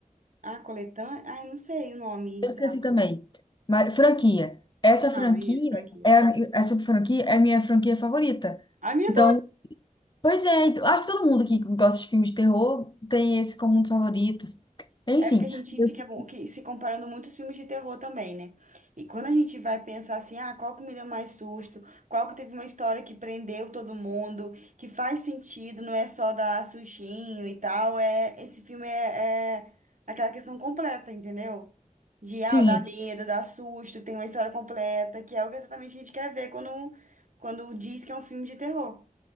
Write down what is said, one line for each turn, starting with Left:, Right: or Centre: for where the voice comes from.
Right: Ah, coletânea? Ai, não sei o nome
Left: Eu
Right: exato.
Left: esqueci também. Mas, franquia. Essa
Right: Ah,
Left: franquia
Right: isso, franquia.
Left: é a- essa franquia é a minha franquia favorita.
Right: Ai, minha
Left: Então, pois é, então, acho que todo mundo que gosta de filmes de terror tem esse como um dos favoritos. Enfim,
Right: É porque a gente
Left: eu-
Right: fica com- que- se comparando muito aos filmes de terror também, né? E quando a gente vai pensar assim, ah, qual que me deu mais susto? Qual que teve uma história que prendeu todo mundo? Que faz sentido, não é só dar sustinho e tal. É, esse filme é, é aquela questão completa, entendeu? De,
Left: sim.
Right: ah, dar medo, dar susto, tem uma história completa, que é o que exatamente a gente quer ver quando, quando diz que é um filme de terror.